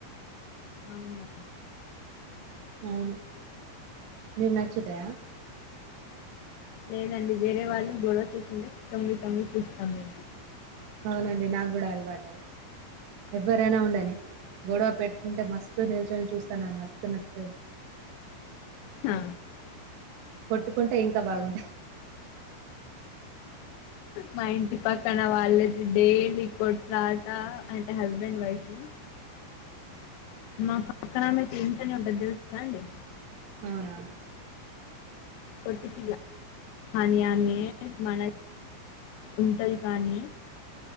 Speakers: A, on the left (about 85°); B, on the right (about 80°).
A: అవునా!
B: అవును మీరు మ్యాచ్తయా
A: లేదండి వేరే వాళ్ళు గొడవ చూసింటే తొంగి తొంగీ చూస్తాం మీ
B: అవునండి నాకు కూడా అలవాటుది ఎవ్వరైనా ఉండని గొడవ పెట్టుకుంటే మస్తు నిల్చొని చూస్తాను నాకు మస్తు నచ్చాయి
A: ఆ
B: కొట్టుకుంటే ఇంకా బాగుంటది
A: మా ఇంటి పక్కన వాళ్ళయితే డైలీ కొట్లాట అంటే హస్బెండ్ వైఫ్ ను మా పక్కనమ్మెయితే ఏంటనే ఉంటది తెలుసుా అండి
B: అవునా
A: మనీ అన్యానీ మన ఉంటది కానీ